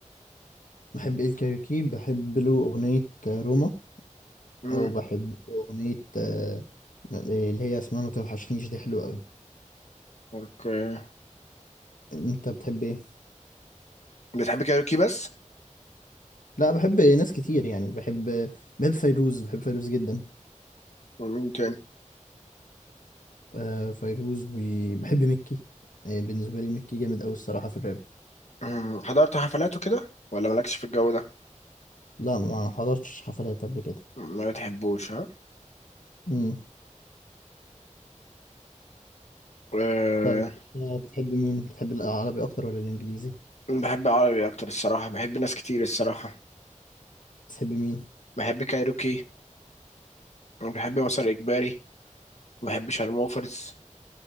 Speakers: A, on the left; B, on the left.
A: بحب ايه الكايروكي بحب له اغنيه آه، روما
B: امم
A: وبحب له اغنيه أه اللي هي اسمها ما توحشنيش دي حلوه قوي
B: اوكي
A: انت بتحب ايه
B: بتحب كايروكي بس؟
A: لا بحب ناس كتير يعني بحب بحب فيروز بحب فيروز جدا
B: ومين تاني؟
A: أه فيروز وبحب مكي آه، بالنسبه لي مكي جامد قوي الصراحه في الراب
B: مم. حضرت حفلاته كده ولا مالكش في الجو ده؟
A: لا ما حضرتش حفلات قبل كده
B: ما بتحبوش ها؟
A: امم
B: أه...
A: طيب أنت بتحب مين بتحب العربي اكتر ولا الانجليزي
B: بحب عربي اكتر الصراحه بحب ناس كتير الصراحه
A: بتحب مين
B: بحب كايروكي وبحب مسار إجباري وبحب شارموفرز